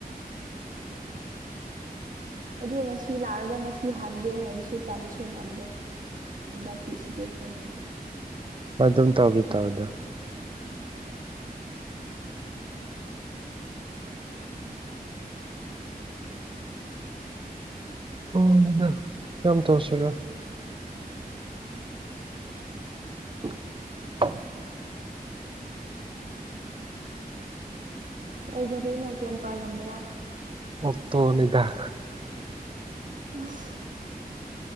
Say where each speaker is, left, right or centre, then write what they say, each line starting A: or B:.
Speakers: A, on the right (about 55°); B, on the right (about 35°).
A: ꯑꯗꯨ ꯉꯁꯤ ꯂꯥꯛꯑꯒ ꯉꯁꯤ ꯍꯥꯟꯒꯦ ꯍꯥꯏꯕꯁꯨ ꯇꯝꯕꯁꯨ ꯉꯝꯗꯦ ꯍꯟꯗꯛꯀꯤ ꯁꯤꯆꯨꯋꯦꯁꯟꯁꯦ
B: ꯍꯣꯏ ꯑꯗꯨꯝ ꯇꯧꯗꯤ ꯇꯕꯗ ꯎꯗꯨ ꯀꯝ ꯇꯧꯁꯤꯔ <unintelligible> <inaudible>
A: ꯀꯩ ꯒꯥꯔꯤꯅꯣ ꯀꯦꯝꯄꯔꯒꯨꯝꯕꯔꯥ
B: ꯑꯣꯛꯇꯣꯅꯤꯗꯥꯥ
A: ꯑꯁ